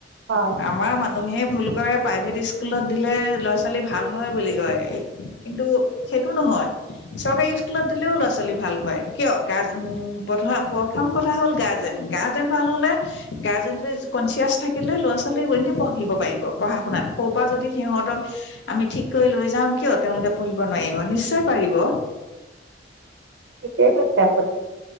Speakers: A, on the right; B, on the left.
A: হয়
B: আমাৰ মানুহে ভুল কৰে প্ৰাইভেট স্কুলত দিলে ল'ৰা ছোৱালী ভাল হয় বুলি কয় কিন্তু সেইটো নহয় চৰকাৰী স্কুলত দিলেও ল'ৰা ছোৱালী ভাল হয় কিয় গ <unintelligible> প্ৰথম কথা থা হ'ল গাৰ্জেন গাৰ্জেন ভাল হলে গাৰ্জেনটোৱে কনচিয়াছ থাকিলে ল'ৰা ছোৱালী এনে পঢ়িব পাৰিব পঢ়া শুনাত হও পা যদি সিহঁতক আমি ঠিককৈ লৈ যাও কিয় তেওঁলোকে পঢ়িব নোৱাৰিব নিশ্চয় পাৰিব
A: ঠিকে কৈছে আপুনি